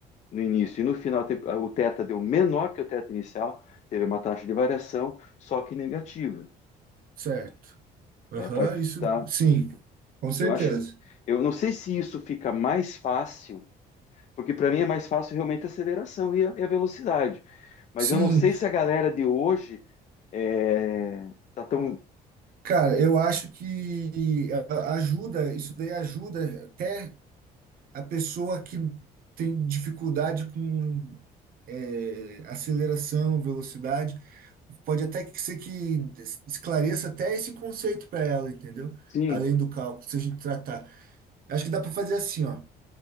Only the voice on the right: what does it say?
certo. Aham,
isso,
sim, com certeza.
Sim,
Cara, eu acho que a- ajuda, isso daí ajuda até a pessoa que tem dificuldade com é, aceleração, velocidade. Pode até que ser que es- esclareça até esse conceito para ela, entendeu?
Além do cálculo, se a gente tratar. Acho que dá para fazer assim, ó.